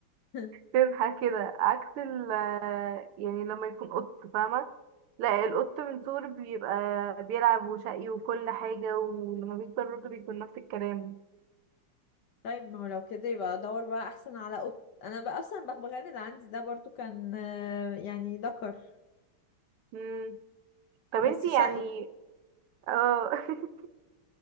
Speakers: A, on the left; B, on the right.
A: <laughs>
B: تنحى كده عكس ال يعني لما يكون قط فاهمة لا القط من صغره بيبقى بيلعب وشقي وكل حاجة ولما بيكبر برضه بيكون نفس الكلام
A: طيب ما هو لو كده يبقى ادور بقى احسن على قط انا بقى اصلا البغبغان اللي عندي ده برضو كان آه، يعني ذكر
B: مم. طب
A: بس
B: انتي
A: شقي
B: يعني اه <laughs>